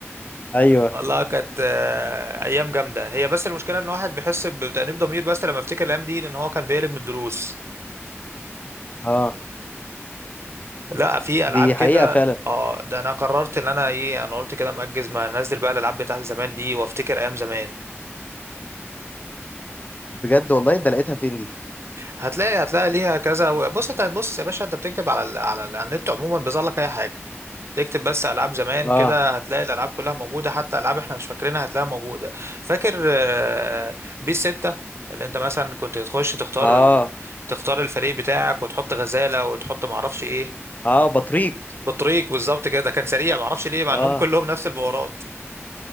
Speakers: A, on the left; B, on the right.
A: ايوه
B: والله كانت آه، ايام جامده هي بس المشكله ان الواحد بيحس بتأنيب ضمير بس لما افتكر الايام دي ان هو كان بيقلب من الدروس
A: اه
B: لا في العاب
A: دي حقيقة
B: كده
A: فعلا
B: اه ده انا قررت ان انا ايه انا قلت كده مأجز ما انزل بقى الالعاب بتاعت زمان دي وافتكر ايام زمان
A: بجد والله ده لقيتها فين دي
B: هتلاقي هتلاقي ليها كذا بص انت بص يا باشا انت بتكتب على ال على, ال على النت عموما بيظهر لك اي حاجه تكتب بس العاب زمان
A: اه
B: كده هتلاقي الالعاب كلها موجوده حتى العاب احنا مش فاكرينها هتلاقيها موجوده فاكر آه، بيس 6 اللي انت مثلا كنت تخش تختار
A: اه
B: ال- تختار الفريق بتاعك وتحط غزاله وتحط معرفش ايه
A: اه بطريق
B: بطريق بالظبط كده كان سريع معرفش ليه مع
A: اه
B: انهم كلهم نفس البورات